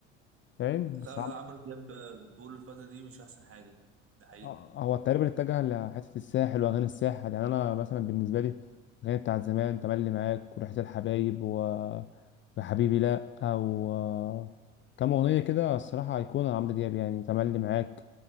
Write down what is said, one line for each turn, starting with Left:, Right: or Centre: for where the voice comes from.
Left: فاهم
Right: لا
Left: بس
Right: لا عمرو دياب بقول الفتره دي مش احسن حاجه ده حقيقي
Left: اه هو تقريبا اتجه لحتة الساحل وأغاني الساحل يعني أنا مثلا بالنسبة لي الأغاني بتاعت زمان تملي معاك وريحة الحبايب و... وحبيبي لأ أو كام أغنية كده الصراحة أيقونة عمرو دياب يعني تملي معاك